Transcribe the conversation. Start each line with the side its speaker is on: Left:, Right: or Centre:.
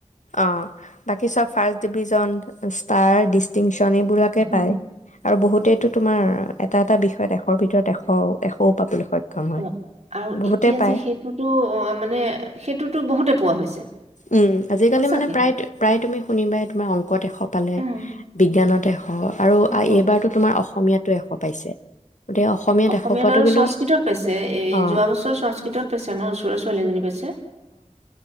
Left: অ বাকী চব ফাৰ্ষ্ট ডিভিজন ষ্টাৰ ডিষ্টিংচন ধনীবোৰাকে
Right: উম,
Left: পায় আৰু বহুতেতো তোমাৰ এটা এটা বিষয়ত এশৰ ভিতৰত এশ এশও পাবলৈ সক্ষম কম হয়
Right: অ আৰু
Left: বহুতে
Right: এতিয়া
Left: পাই
Right: যে সেইটোতো অ, মানে সেইটোতো বহুতে পোৱা হৈছে
Left: উম আজিকালি
Right: সঁচাকে
Left: মানে প্ৰায় প্ৰায় তুমি শুনিবাই তোমাৰ অংকত এশ পালে
Right: উম,
Left: বিজ্ঞানত এশ হ'ব আৰু আ
Right: এশ
Left: এইবাৰতো তোমাৰ অসমীয়াত টো এশ পাইছে গতিকে
Right: অসমীয়াত
Left: এশ পোৱাটো
Right: আৰু
Left: কিন্তু
Right: সংস্কৃতত পাইছে এই
Left: অ',
Right: যোৱা বছৰ সংস্কৃতত পাইছে আমাৰ ওচৰৰ ছোৱালী এজনী পাইছে